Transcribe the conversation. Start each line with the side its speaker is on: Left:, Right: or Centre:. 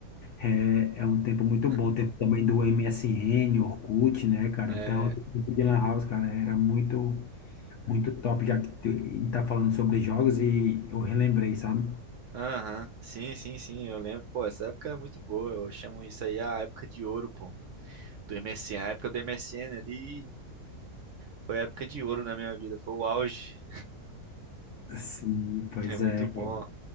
Left: é, é um tempo muito
Right: <laughs>
Left: bom. Tempo também do MSN, Orkut, né, cara?
Right: É.
Left: Então, o tempo de Lan House, cara, era muito, muito top, já que tu- a gente tá falando sobre jogos e eu relembrei, sabe?
Right: Aham. Sim, sim, sim, eu lembro. Pô, essa época é muito boa. Eu chamo isso aí a época de ouro, pô. Do MSN. A época do MSN ali foi a época de ouro na minha vida. Foi o auge.
Left: Sim, pois
Right: É muito
Left: é,
Right: bom.
Left: cara.